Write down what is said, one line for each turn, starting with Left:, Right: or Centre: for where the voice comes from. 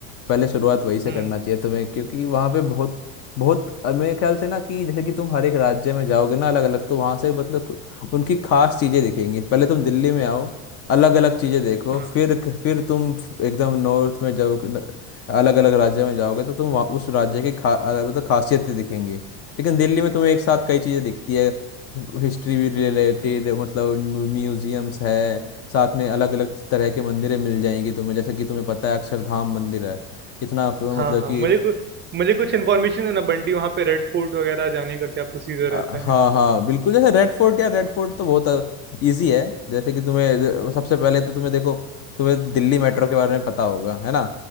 Left: पहले शुरुआत वहीं से
Right: हम्म
Left: करना चाहिए तुम्हें क्योंकि वहाँ पे बहुत बहुत अ, मेरे ख्याल से ना कि जैसे कि तुम हर एक राज्य में जाओगे ना अलग अलग तो वहाँ से मतलब कु- उनकी खास चीज़ें दिखेंगी पहले तुम दिल्ली में आओ अलग अलग चीज़ें देखो
Right: हाँ
Left: फिर फिर तुम एकदम नॉर्थ में जाओ अलग अलग राज्य में जाओगे तो तुम वहाँ उस राज्य की खा अ, मतलब खासियतें दिखेंगी लेकिन दिल्ली में तुम्हें एक साथ कई चीज़ें दिखती है हिस्ट्री भी रिलेटेड मतलब म्यूजियम्स है साथ में अलग अलग तरह के मंदिरें मिल जाएंगी तुम्हें जैसे कि तुम्हें पता है अक्षरधाम मंदिर है कितना फ-
Right: हाँ,
Left: मतलब
Right: हाँ,
Left: कि
Right: मुझे कु मुझे कुछ इन्फॉर्मेशन है ना बंटी वहाँ पे रेड फोर्ट वगैरह जाने का क्या प्रोसीजर
Left: अ,
Right: रहता
Left: हाँ
Right: है?
Left: हाँ बिल्कुल जैसे रेड फोर्ट या रेड फोर्ट तो बहुत इजी है जैसे कि तुम्हें ज- सबसे पहले तो तुम्हें देखो तुम्हें दिल्ली मेट्रो के बारे में पता होगा है ना